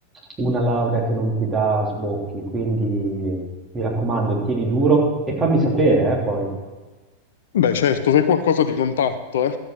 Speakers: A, on the right; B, on the left.
A: una laurea che non ti dà sbocchi, quindi mi raccomando, tieni duro e fammi sapere, eh, poi.
B: Beh, certo, se è qualcosa di contatto, eh.